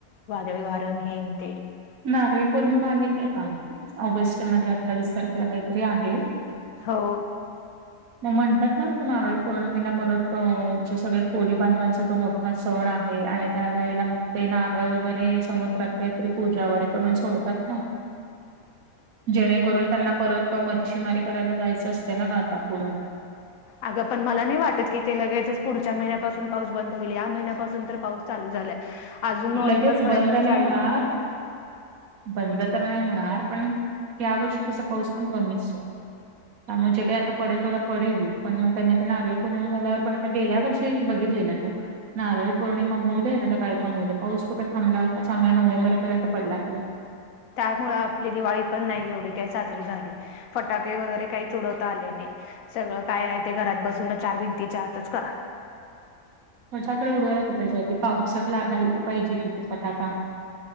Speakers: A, on the left; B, on the right.
A: वादळी वार आन हेन ते
B: नारळी पौर्णिमा आली क आहे का ऑगस्ट मध्ये अठ्ठावीस तारखेला काहीतरी आहे
A: हो
B: मग म्हणतात ना अस नारळी पौर्णिमेला परत जे सगळे कोळी बांधवांचा तो मोठ हा सण आहे आणि त्यावेेळेला मग ते नारळ वगैरे समुद्रात काहीतरी पूजा व करून सोडतात ना जेणेकरून त्यांना परत म शिमारी करायला जायचं असतें ना ग आता पुढं
A: अगं पण मला नाही वाटत की ते लगेच पुढच्या महिन्यापासून पाऊस बंद होईल या महिन्यापून तर पाऊस चालू झाल्या अजून नोव्हेंबर
B: लगेच
A: पर्यंत
B: बंद नाही
A: जाईल
B: होणार, बंद तर नाही होणार पण या वर्षी तसा पाऊस प कमीचमुळे जे काही आता पडेल थोडं पडेल पण त्यांनी आ नारळी पूर्ण झाल्यावर पण आता गेल्या वर्षी बघितली ना तू नारळी पौर्णिमा होऊ दे ना तर काही पण होऊ दे पाऊस कुठे थांबला होता चांगला नोव्हेंबर पर्यंत पडला किवा
A: त्यामु आपली दिवाळी पण नाही एवढी काही साजरी झाली फटाके वगैरे काहीच उडवता आले नाही सगळं काय आहे ते घरात बसून चार भिंतीच्या आतच करा
B: मजाकडे उडवाय ला क पाहिजे पावसातला घायला पाहिजे किथ फटाका